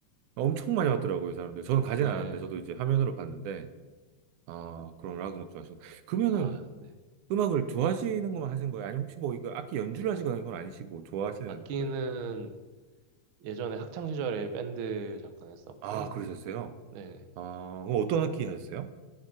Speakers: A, on the right (about 90°); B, on the right (about 70°).
A: 엄청 많이 왔더라고요, 사람들. 저는 가진
B: 네,
A: 않았는데, 저도 이제 화면으로 봤는데, 아, 그런 락 음악 좋아하시고. 그러면은
B: 아, 네
A: 음악을 좋아하시는 것만 하신 거예요? 아니면 혹시 뭐 이거 악기 연주를 하시거나 이건 아니시고 좋아하시는
B: 악기는
A: 거예요?
B: 예전에 학창 시절에 밴드 잠깐 했었고
A: 아, 그러셨어요?
B: 네
A: 아, 그럼 어떤 악기 하셨어요?